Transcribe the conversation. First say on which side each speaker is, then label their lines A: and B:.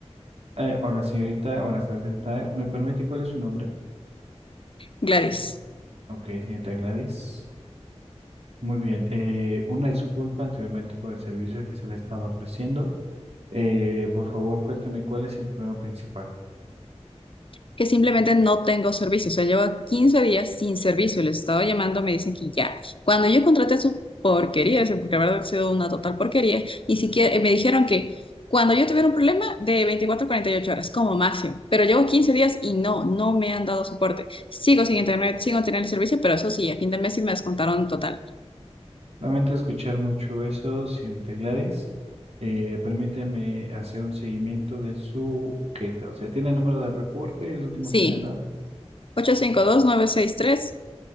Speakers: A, on the right; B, on the left.
A: Eh, hola, señorita. Hola, señorita. ¿Me permite cuál es su nombre?
B: Gladys.
A: Ok, señorita Gladys. Muy bien. eh, una disculpa anteriormente por el servicio que se le estaba ofreciendo. Eh, por favor, cuénteme cuál es el problema principal.
B: que simplemente no tengo servicio. O sea, llevo 15 días sin servicio. Les estaba llamando, me dicen que ya. Cuando yo contraté su porquería, ese- porque la verdad ha sido una total porquería, ni siquiera eh, me dijeron que cuando yo tuviera un problema de 24 a 48 horas como máximo. Pero llevo 15 días y no, no me han dado soporte. Sigo sin internet, sigo sin tener el servicio, pero eso sí, a fin de mes sí me descontaron total.
A: Lamento escuchar mucho eso, señorita Gladys. Eh, permítame hacer un seguimiento de su queja. O sea, ¿tiene el número de reporte, el último
B: Sí,
A: que le han dado?
B: ocho ocho cinco cinco dos dos nueve seis tres